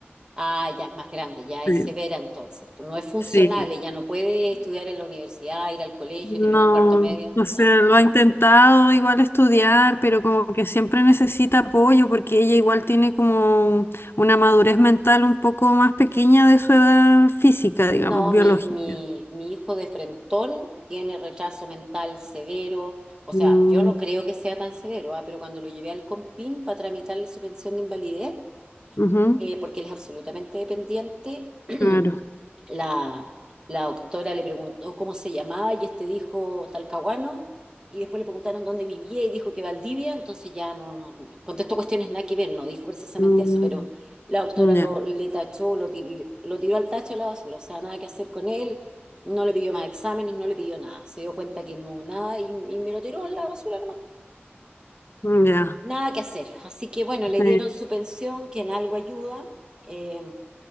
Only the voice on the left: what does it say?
Sí.
Sí,
No,
o sea,
lo ha intentado igual estudiar, pero como que siempre necesita apoyo porque ella igual tiene como una madurez mental un poco más pequeña de su edad física, digamos,
biológica.
Mm,
ujú,
claro.
Mm,
ya.
ujú, Ya.
sí,